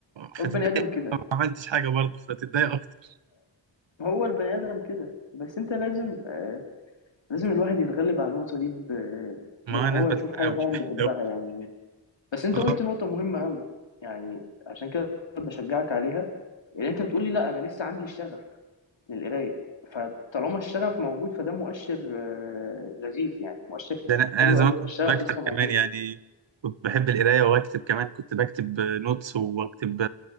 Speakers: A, on the right; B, on the left.
A: فتتضايق
B: هو البني ادم كده
A: ما عملتش حاجه برضه فتتضايق اكتر
B: هو البني ادم كده بس انت لازم آه لازم الواحد يتغلب على النقطه دي ب...
A: ما
B: بان هو
A: انا بتحاول
B: يشوف حاجه فعلا
A: <laughs>
B: بيحبها يعني بس انت
A: آه.
B: قلت نقطه مهمه قوي يعني عشان كده بشجعك عليها اللي انت بتقولي لا انا لسه عندي الشغف للقرايه فطالما الشغف موجود فده مؤشر آه لذيذ يعني مؤشر
A: ده انا انا
B: حلو
A: زمان
B: قوي
A: كنت
B: ان الشغف
A: بكتب
B: لسه
A: كمان
B: موجود
A: يعني كنت بحب القرايه واكتب كمان كنت بكتب نوتس واكتب